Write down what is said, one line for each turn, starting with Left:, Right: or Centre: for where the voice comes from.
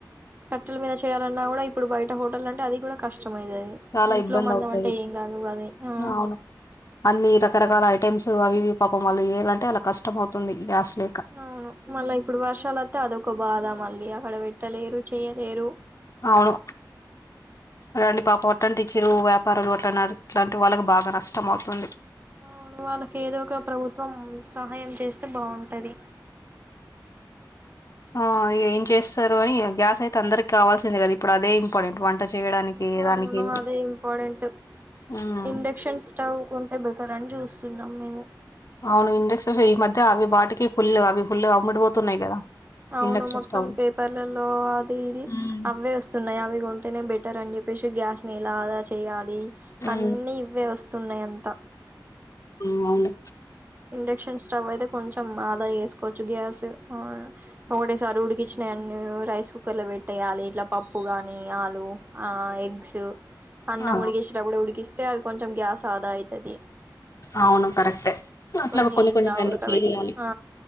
Right: కట్టెల మీద చేయాలన్నా కూడా ఇప్పుడు బయట హోటల్ అంటే అది కూడా కష్టం ష్టమవుతుది
Left: చాలా
Right: ఇంట్లో
Left: ఇబ్బంది
Right: మందం
Left: అవుతది
Right: అంటే కాదు అది ఆ
Left: అవును అన్ని రకరకాల చాలా ఐటమ్స్ అవి ఇవి పాపం వల్ల చేయాలంటే అ కష్టం అవుతుంది గ్యాస్ లేక
Right: అవును మళ్ళా ఇప్పుడు వర్షాలు వస్తే అది ఒక బాధ ఇగ ఆడ పెట్టలేరు చేయలేరు
Left: అవును రండి పాపం అట్ట ఆంటీచిరు వ్యాపారులు అట్లా అట్లాంటి వాళ్లకు వాళ్ళకి బాగా నష్టం అవుతుంది
Right: అవును వాళ్ళకి ఏదో ఒక ప్రభుత్వం సహాయం చేస్తే బాగుంటుంది
Left: ఆ ఏం చేస్తారు ఏం గ్యాస్ అయితే అందరికి కావాల్సింది కదా ఇప్పుడు అదే ఇంపార్టెంట్ వంట చేయడానికి
Right: హ
Left: దానికి
Right: అవును అదే ఇంపార్టెంట్
Left: ఉమ్
Right: ఇండక్షన్ స్టవ్ కుంటే బెటర్ అని చూస్త తున్నాము మేము
Left: అవును ఇండక్షన్స్ ఈ మధ్య అవి వాటికి ఫుల్ అవి ఫుల్ అమ్మడు పోతున్నాయి కదా
Right: అవును
Left: ఇండక్షన్
Right: మొత్తం
Left: స్టవ్
Right: పేపర్లలో అది ఇది
Left: ఉమ్
Right: అవే వస్తున్నాయి అవి కొంటేనే బెటర్ అని చెప్పి చెప్పేసి గ్యాస్ ని ఎలా ఆదా చేయాలి
Left: ఉమ్
Right: అన్ని ఇవ్వే వస్తా తున్నయంత
Left: ఊ అవును
Right: ఇండక్షన్ స్టవ్ అయితే కొంచెం ఆదా వేసుకోవచ్చు గ్యాస్ అహ ఒకటేసారి ఉడికించినాయి అన్నీ రైస్ కుక్కర్ లో పెట్టేయాలి ఇట్లా పప్పు కాగాని ఆలు ఆ ఎగ్స్ అన్నం
Left: ఆ
Right: ఉడికించినప్పుడు ఉడికిస్త అయితే అవి కొంచెం గ్యాస్ ఆదా అయితది
Left: అవును కరెక్టే అట్లా
Right: కొన్ని ఇట్లా
Left: అన్ని
Right: ఉడకబెట్టి
Left: చేయాలి
Right: ఆ